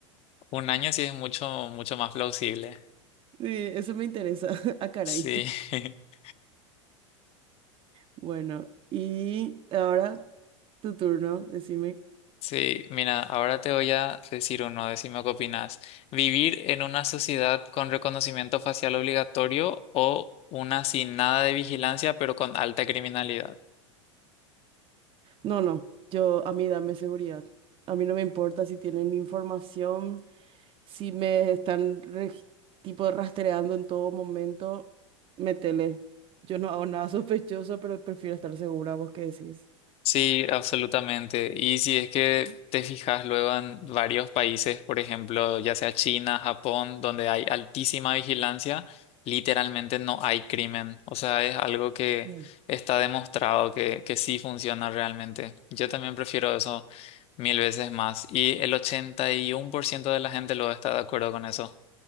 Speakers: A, on the left; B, on the right.
A: Un año sí es mucho, mucho más plausible,
B: Sí, eso me interesa. <laughs> Ah, caray.
A: sí. <laughs>
B: Bueno, y ahora tu turno, decime.
A: Sí, mira, ahora te voy a decir uno, decime qué opinas. ¿Vivir en una sociedad con reconocimiento facial obligatorio o una sin nada de vigilancia pero con alta criminalidad?
B: No, no, yo a mí dame seguridad. A mí no me importa si tienen mi información, si me están reg- tipo rastreando en todo momento, métele. Yo no hago nada <laughs> sospechoso, pero prefiero estar segura, ¿vos qué decís?
A: Sí, absolutamente. Y si es que te fijas luego en varios países, por ejemplo, ya sea China, Japón, donde hay altísima vigilancia, literalmente no hay crimen. O sea, es algo que
B: Mm.
A: está demostrado que, que sí funciona realmente. Yo también prefiero eso mil veces más. Y el 81% de la gente lo está de acuerdo con eso.